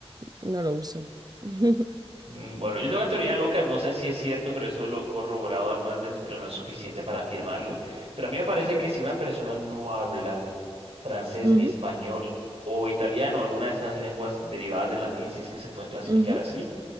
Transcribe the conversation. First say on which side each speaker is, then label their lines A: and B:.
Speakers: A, on the right (about 35°); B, on the right (about 65°).
A: no lo uso. <laughs>
B: Mm, Bueno, yo tengo una teoría loca, no sé si es cierto, pero eso lo he corroborado algunas veces, pero no es suficiente para afirmarlo. Pero a mí me parece que si una persona no habla francés
A: Ujú,
B: ni español o italiano, alguna de estas lenguas derivadas del latín, si es que se pueden clasificar
A: ujú.
B: así,